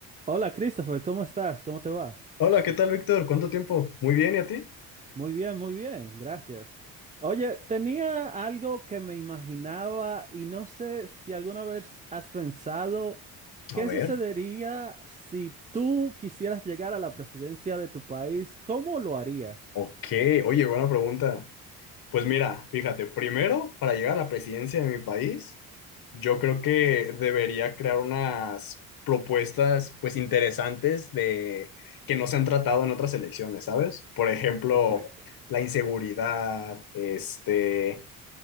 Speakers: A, on the right; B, on the left.
A: Hola Christopher, ¿cómo estás? ¿Cómo te va?
B: Hola, ¿qué tal, Víctor? ¿Cuánto tiempo? Muy bien, ¿y a ti?
A: Muy bien, muy bien, gracias. Oye, tenía algo que me imaginaba y no sé si alguna vez has pensado qué
B: A ver,
A: sucedería si tú quisieras llegar a la presidencia de tu país, ¿cómo lo harías?
B: ok, oye, buena pregunta. Pues mira, fíjate, primero, para llegar a la presidencia de mi país, yo creo que debería crear unas propuestas, pues, interesantes de que no se han tratado en otras elecciones, ¿sabes? Por ejemplo,
A: Exacto.
B: la inseguridad, este,